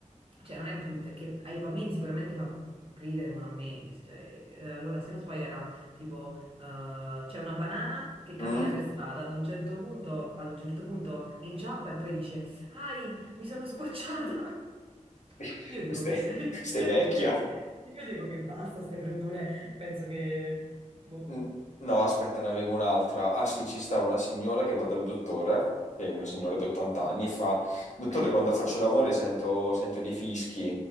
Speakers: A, on the right; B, on the left.
A: cioè, non è brutta, è che ai bambini sicuramente fa ridere, ma a me, cioè, eh, allora, se non sbaglio era tipo, eh, c'è una banana che cammina
B: Mm?
A: per strada, ad un certo punto, ad un certo punto inciampa e poi dice, ai, mi sono sbocciata. <laughs>
B: <laughs>
A: Io dico
B: Questa
A: che,
B: è, questa
A: <laughs> io
B: è vecchia.
A: dico che, io dico che basta ste freddure, penso che, boh.
B: Mm, No, aspetta, ne avevo un'altra. Ah sì, ci sta una signora che va dal dottore, che è una signora di 80 anni, e fa, dottore,
A: <laughs>
B: quando faccio l'amore sento, sento dei fischi.